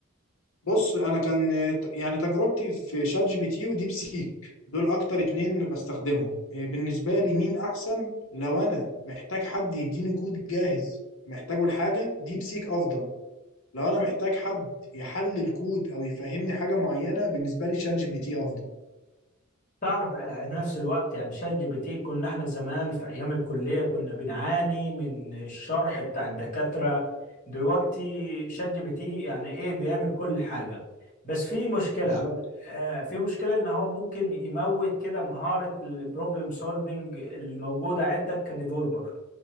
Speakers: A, on the left (about 70°); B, on the left (about 35°).
A: بص انا كان يعني تجربتي في شات جي بي تي وديب سيك دول اكتر اتنين بستخدمهم إيه، بالنسبه لي مين احسن لو انا محتاج حد يديني كود جاهز محتاجه لحاجه ديب سيك افضل لو انا محتاج حد يحلل كود او يفهمني حاجه معينه بالنسبه لي شات جي بي تي افضل
B: تعرف آه، في نفس الوقت يعني شات جي بي تي كنا احنا زمان في ايام الكليه كنا بنعاني من الشرح بتاع الدكاتره دلوقتي شات جي بي تي يعني ايه بيعمل كل حاجه بس في مشكله
A: بالظبط
B: آه في مشكله ان هو ممكن يموت كده مهاره البروبلم سولفنج الموجوده عندك كديفولبر